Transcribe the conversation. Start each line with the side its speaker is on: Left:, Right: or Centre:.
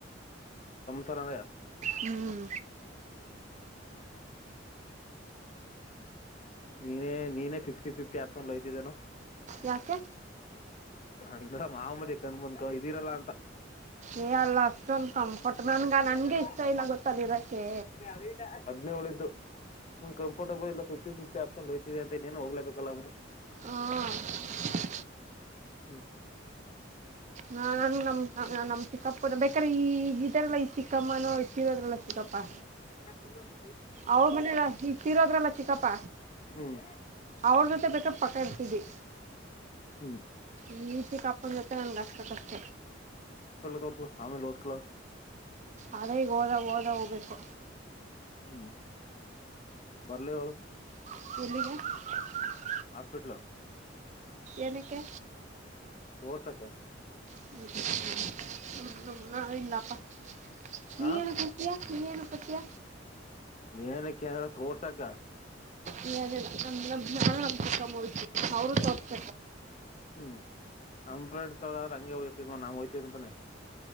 Left: ಸ್ರದ
Right: ಹ್ಮ್
Left: ನೀನೇ ನೀನೇ ಫಿಫ್ಟಿ ಫಿಫ್ಟಿ ಆಪ್ಸನ್ಯ್ತಿದ್ದೇನು
Right: ಯಾಕೆ
Left: ನಡ್ ಮಾಮೂಲಿ ಕಂದ ಬಂದ್ಕ ಇದಿರಲ್ಲಾ ಅಂತ
Right: ಏ ಅಲ್ಲ ಅಷ್ಟೊಂದು ಕಂಫರ್ಟ್ ನನ್ಗ ನನ್ಗೆ ನನಗೆ
Left: ಎನ ಅವ
Right: ಇಷ್ಟ ಇಲ್ಲ ಗೊತ್ತಾ ಅಲ್ಲಿರೋಕ್ಕೆ
Left: ಅರಿಲ್ಲ <unintelligible> ಹದ್ನೇಳ್ದುಂ ಕಂಫರ್ಟಬಲ್ ಇಲ್ಲ ಫಿಫ್ಟಿ ಫಿಫ್ಟಿ ಆಪ್ಷನ್ ಹಯ್ತಿದೆ ಅಂತ ಏನ ಹೋಗ್ಬೇಕಲ್ಲ ಅವ್ರರು
Right: ಹ
Left: ಹ್ಮ್
Right: ನಾ ನಮ ನಮ್ ಚಿಕ್ಕಪ್ಪು ಬ ಯಕ್ರ ಈಗ ಇದ್ರಲ್ಲ ಈ ಚಿಕ್ಕಮ್ಮ ನೋ ಇಷ್ಟರ ಅದ್ರಲ್ಲ ಚಿಕ್ಕಪ್ಪಾ
Left: <unintelligible>
Right: ಅವ್ರ ಮನ ಈಗ ತೀರೋದ್ರಲ್ಲ ಚಿಕ್ಕಪ್ಪ
Left: ಹ್ಮ್
Right: ಅವ್ರ ಜೊತೆ ಬೇಕ ಪಕ್ಕ ಡ್ತವಿ
Left: ಹ್ಮ್
Right: ಈ ಚಿಕ್ಕಪ್ಪನ ಜೊತೆ ನಂಗೆ ಅಷ್ಟು ಕಷ್ಟ
Left: ತೋಡ್ತು ಆಮೇ ಲೋತ್ಕಲ
Right: ಅದೇ ಈಗ ಓದ ಓದ ಹೋಗ್ಬೇಕು
Left: ಹ್ಮ ಬರ್ಲ ಒಳು
Right: <unintelligible>
Left: ಹಾಸ್ಪಿಟಲ್
Right: ಎನಕ್ಕೆ
Left: ತೋರ್ಸಕ್ಕ
Right: <inaudible> ಇಲ್ಲಪ್ಪ ನೀನು
Left: ಹಾ
Right: ಬರ್ತೀಯ ನೀನು ಬರ್ತೀಯ
Left: ಏನ ಕೆರತ್ಡ್ಸಕ
Right: ಇಲ್ಲ ಅದಿಲ್ಲ ನಮ್ ನ ನಾನು ನಮ್ ಚಿಕ್ಕಮ್ಮ ಕ್ಕ ಮೂಡ್ತಿ ಅವರುೂ ತೋರ್ತ
Left: ಹ್ಮ್ ನಮ್ ಫ್ರೆಂಡ್ಸ್ಗದ್ರ ಹಂಗಗೆ ಹೋಗಿರ್ತಿದ ಮ ನಾ ಹೋಗ್ತಿದಂತಾನೆ